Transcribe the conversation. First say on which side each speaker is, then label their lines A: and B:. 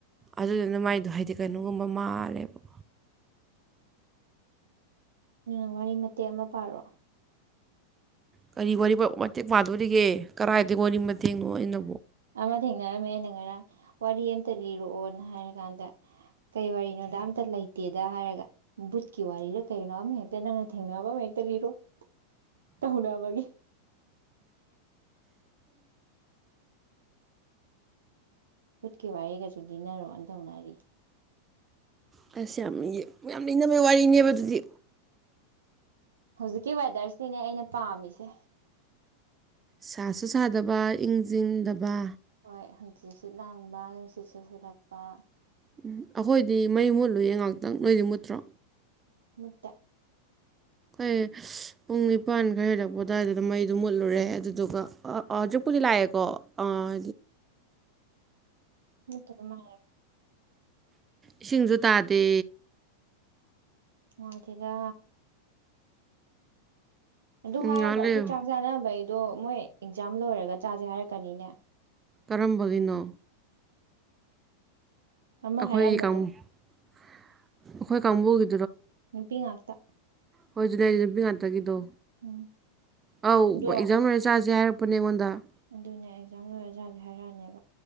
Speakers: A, on the right (about 20°); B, on the right (about 65°).
A: ꯑꯗꯨꯗꯨꯅ ꯃꯥꯏꯗꯣ ꯍꯥꯏꯗꯤ ꯀꯩꯅꯣꯒꯨꯝꯕ ꯃꯥꯜꯂꯦꯕꯀ
B: ꯎ ꯋꯥꯔꯤ ꯃꯇꯦꯛ ꯑꯃ ꯄꯥꯔꯣ
A: ꯀꯔꯤ ꯋꯥꯔꯤ ꯃꯇꯦꯛ ꯄꯥꯡꯗꯣꯔꯤꯒꯦ ꯀꯔꯥꯏꯗꯒꯤꯒꯣꯅꯤꯡ ꯃꯇ ꯊꯦꯡꯅꯣ ꯑꯩꯅꯣ
B: ꯑꯃ ꯊꯦꯡꯅꯔꯝꯃꯦ ꯑꯩꯅ ꯉꯔꯥꯡ ꯋꯥꯔꯤ ꯑꯃꯇ ꯂꯤꯔꯛꯑꯣꯅ ꯍꯥꯏꯔꯀꯥꯟꯗ ꯀꯩ ꯋꯥꯔꯤꯅꯣꯗ ꯑꯝꯇ ꯂꯩꯇꯦꯗ ꯍꯥꯏꯔꯒ ꯕꯨꯠꯀꯤ ꯋꯥꯔꯤꯗ ꯀꯅꯣ ꯑꯃꯍꯦꯛꯇ ꯅꯪꯅ ꯊꯦꯡꯅꯕ ꯑꯃ ꯍꯦꯛꯇ ꯂꯤꯔꯣ ꯇ ꯍꯨꯅ ꯑꯋꯥꯒꯦ ꯄꯨꯠꯀꯤꯦ ꯋꯥꯔꯤꯔꯒꯁꯨ ꯅꯔꯣ ꯑꯇ ꯎꯅꯔꯤ
A: ꯑꯁ ꯌꯥꯝ ꯌꯥꯝ ꯂꯩꯅꯕꯩ ꯋꯥꯔꯤꯅꯦꯕ ꯑꯗꯨꯗꯤ
B: ꯖꯤꯛꯀꯤꯋꯦꯗꯔ ꯁꯤꯅꯦ ꯑꯩꯅ ꯄꯥꯝꯃꯤꯁꯦ
A: ꯁꯥ ꯆꯥꯗꯕ ꯏꯪ ꯆꯤꯡꯗꯕ
B: ꯍꯣꯏ ꯍꯪꯆꯤꯠꯁꯨꯠ ꯂꯥꯡꯕ ꯅꯨꯡꯁꯤꯠ ꯁꯠꯁꯤꯠꯂꯛꯄ
A: ꯎꯝ ꯑꯩꯈꯣꯏꯗꯤ ꯃꯩ ꯃꯨꯠꯂꯨꯌꯦ ꯉꯍꯥꯛꯇꯪ ꯂꯣꯏꯗꯤ ꯃꯨꯠꯇ꯭ꯔꯣ
B: ꯃꯨꯠꯇ
A: ꯑꯩꯈꯣꯏ ꯄꯨꯡ ꯅꯤꯄꯥꯟ ꯈꯔ ꯍꯦꯜꯂꯛꯄ ꯑꯗꯨꯋꯥꯏꯗꯨꯗ ꯃꯩꯗꯨꯣ ꯃꯨꯠꯂꯨꯔꯦ ꯑꯗꯨꯗꯨꯒ ꯍꯧꯖꯤꯛꯄꯨꯗꯤ ꯂꯥꯛꯑꯦꯀꯣ ꯑꯥ
B: ꯃꯠꯇ ꯑꯗꯨ ꯃꯥ
A: ꯏꯁꯤꯡꯁꯨ ꯇꯥꯗꯦ
B: ꯃꯥꯇꯦꯗ ꯑꯗꯨ
A: ꯉꯥꯏꯍꯥꯛ
B: ꯍꯥꯏꯔꯒ ꯑꯩꯈꯣꯏ
A: ꯂꯩꯌꯨ
B: ꯆꯥꯛ ꯆꯥꯅꯕꯩ ꯑꯗꯣ ꯃꯣꯏ ꯑꯦꯛꯖꯥꯝ ꯂꯣꯏꯔꯒ ꯆꯥꯁꯦ ꯍꯥꯏꯔꯛꯀꯅꯤꯅꯦ
A: ꯀꯔꯝꯕꯒꯤꯅꯣ
B: ꯑꯃ
A: ꯑꯩꯈꯣꯏꯒꯤ
B: ꯍꯥꯏꯔꯝꯕꯗꯣ
A: ꯑꯩꯈꯣꯏ ꯀꯥꯡꯕꯨꯒꯤ
B: ꯄ ꯉꯥ ꯠꯇ
A: ꯍꯣꯏꯖꯤꯅꯦ ꯅꯨꯄꯤ ꯉꯥꯛꯇꯒꯤꯗꯣ
B: ꯎꯝ
A: ꯑꯧ
B: ꯑꯗꯣ
A: ꯑꯦꯛꯖꯥꯝ ꯂꯣꯏꯔ ꯆꯥꯁꯦ ꯍꯥꯏꯔꯛꯄꯅꯦ ꯑꯩꯉꯣꯟꯗ
B: ꯑꯗꯨꯅꯦ ꯑꯦꯛꯖꯥꯝ ꯂꯣꯏꯔꯖꯥꯗꯤꯦ ꯍꯥꯏꯔꯛꯑꯅꯦꯕ